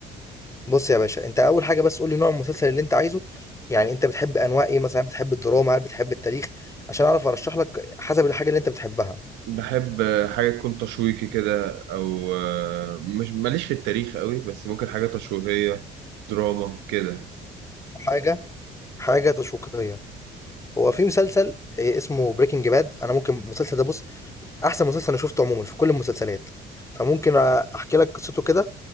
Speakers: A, on the left (about 15°); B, on the right (about 70°).
A: بُص يا باشا، أنت أول حاجة بس قُل لي نوع المسلسل اللي أنت عايزه، يعني أنت بتحب أنواع إيه مثلًا، بتحب الدراما، هل بتحب التاريخ؟ عشان أعرف أرشّح لك حسب الحاجة اللي أنت بتحبها،
B: بحب آه، حاجة تكون تشويقي كده أو آه، مش ماليش في التاريخ قوي بس ممكن حاجة تشويقية دراما كده
A: حاجة حاجة تشويقية. هو في مسلسل آآ اسمه Breaking Bad أنا ممكن المسلسل ده بُص، أحسن مسلسل أنا شُفته عمومًا في كل المسلسلات، فممكن أحكي لك قصته كده،